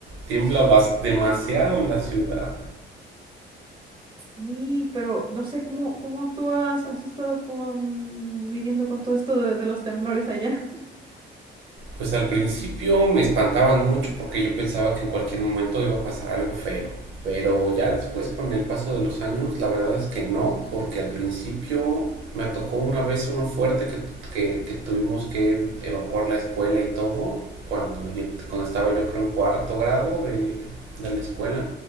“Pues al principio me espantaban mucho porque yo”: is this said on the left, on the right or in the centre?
Right